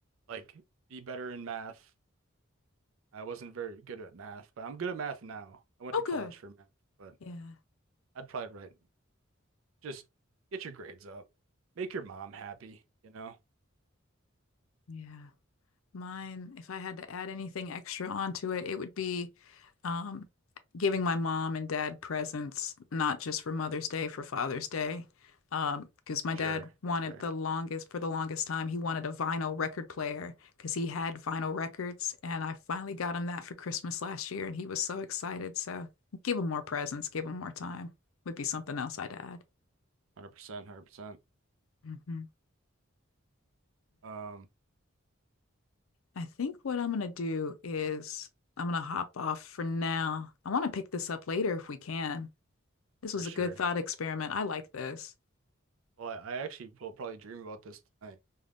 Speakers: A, on the right; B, on the left.
A: like be better in math. I wasn't very good at math, but I'm good at math now. I went
B: Oh
A: to college
B: good.
A: for math, but
B: Yeah.
A: I'd probably write just get your grades up. Make your mom happy, you know?
B: Yeah. Mine, if I had to add anything extra onto it, it would be um, giving my mom and dad presents, not just for Mother's Day, for Father's Day. Um, because my
A: Sure,
B: dad wanted
A: sure.
B: the longest, for the longest time, he wanted a vinyl record player because he had vinyl records. And I finally got him that for Christmas last year, and he was so excited. So give him more presents, give him more time would be something else I'd add.
A: 100%, 100%.
B: hmm
A: Um,
B: I think what I'm gonna do is I'm gonna hop off for now. I want to pick this up later if we can. This
A: for
B: was
A: sure.
B: a good thought experiment. I like this.
A: Well, I, I actually will probably dream about this tonight.